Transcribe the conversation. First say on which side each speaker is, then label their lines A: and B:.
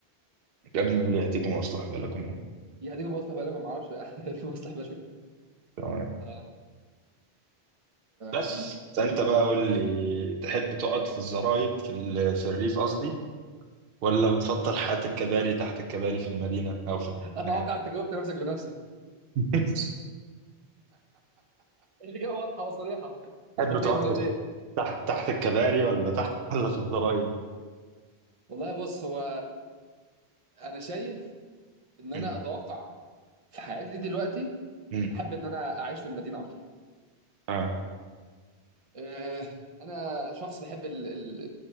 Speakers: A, on the right; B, on the right.
A: يا ابني قول لي هتيجوا مصلحة بقى لكم يعني
B: دي هتيجي مصلح بالكم ما اعرفش هتيجي <laughs> مصلح بالكم
A: تمام.
B: اه
A: بس
B: آم.
A: فانت بقى قول لي تحب تقعد في الزرايب في ال- في الريف قصدي ولا بتفضل حياة الكباري تحت الكباري في المدينة او في المدينة
B: اتوقع
A: يعني
B: انت جاوبت نفسك بنفسك
A: <laughs>
B: <laughs> الاجابه واضحه وصريحه
A: تحب
B: مش محتاجه
A: تقعد
B: مرتين
A: بت- تحت تحت الكباري ولا تحت ولا في الزرايب
B: والله بص هو انا شايف ان انا
A: مم.
B: اتوقع في حياتي دي دلوقتي
A: مم.
B: احب ان انا اعيش في المدينه اكتر
A: اه
B: آه، انا شخص بحب ال ال